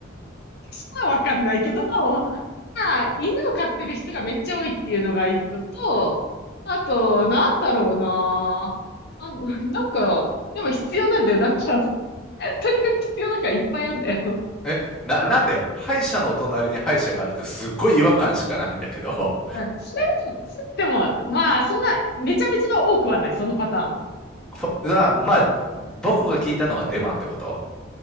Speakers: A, on the left; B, in the centre.
A: そ医はわかんないけど、まあ、犬を飼ってる人がめっちゃ多いっていうのが一個と、あと、なんだろうな。あ、なんか、でも必要なんだよ。なんか、とにかく必要だからいっぱいあるんだよ。
B: え、な、なんで敗者のお隣に敗者があるってすっごい違和感しかないんだけど。
A: まあでも、まあ、そんな、めちゃめちゃ多くはない、そのパターンは。
B: <laughs> ほまあ、まあ、僕が聞いたのはデマってこと